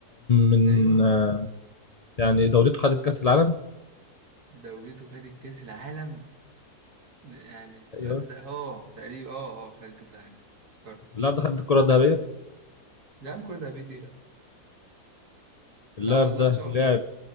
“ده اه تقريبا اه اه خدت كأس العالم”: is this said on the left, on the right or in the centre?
Right